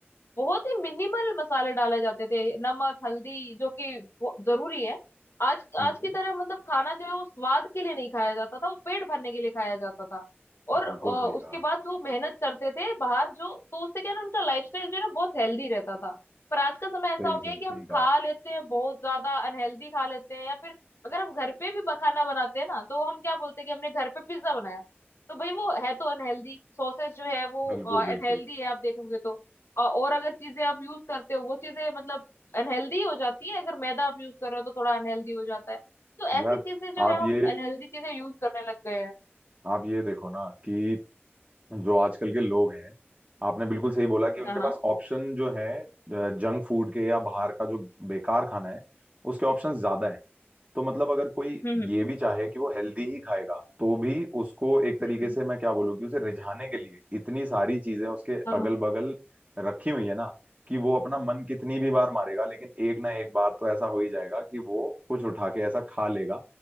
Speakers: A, on the left (about 75°); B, on the right (about 30°).
A: बहुत ही मिनिमल मसाले डाले जाते थे नमक हल्दी जो कि वो- जरूरी है आज
B: हम्म
A: आज की तरह मतलब खाना जो है वो स्वाद के लिए नहीं खाया जाता था वो पेट भरने के लिए खाया जाता था और
B: बिल्कुल
A: अ, उसके
B: सही कहा
A: बाद वो मेहनत करते थे बाहर जो तो उससे क्या है ना उनका लाइफस्टाइल जो है ना बहुत हेल्दी रहता था पर आज का समय ऐसा
B: सही
A: हो
B: सही
A: गया है कि
B: सही
A: हम
B: कहा
A: खा लेते हैं बहुत ज्यादा अनहेल्दी खा लेते हैं या फिर अगर हम घर पे भी ब- खाना बनाते हैं ना तो हम क्या बोलते हैं कि हमने घर पे पिज्जा बनाया तो भाई वो है तो अनहेल्दी सॉसेज जो है वो
B: बिल्कुल
A: अनहेल्दी
B: बिल्कुल
A: है आप देखोगे तो अ- और अगर चीजें आप यूज करते हो वो चीजें मतलब अनहेल्दी हो जाती है अगर मैदा आप यूज कर रहे हो तो थोड़ा अनहेल्दी हो जाता है तो ऐसी
B: यार
A: चीजें जो
B: आप
A: है
B: ये
A: हम अनहेल्दी चीजें यूज करने लग गए हैं
B: आप ये देखो ना कि जो आजकल के लोग हैं आपने बिल्कुल सही बोला कि उनके
A: हाँ हाँ
B: पास ऑप्शन जो है जंक फूड के या बाहर का जो बेकार खाना है उसके ऑप्शन ज्यादा हैं तो मतलब अगर कोई
A: हम्म
B: ये भी चाहे कि वो हेल्दी ही खाएगा तो भी उसको एक तरीके
A: हम्म हम्म,
B: से मैं क्या बोलूँ कि उसे रिझाने के लिए इतनी सारी चीजें उसके
A: हाँ
B: अगल बगल रखी हुई है ना कि वो अपना मन कितनी भी बार मारेगा लेकिन एक ना एक बार तो ऐसा हो ही जाएगा कि वो कुछ उठा के ऐसा खा लेगा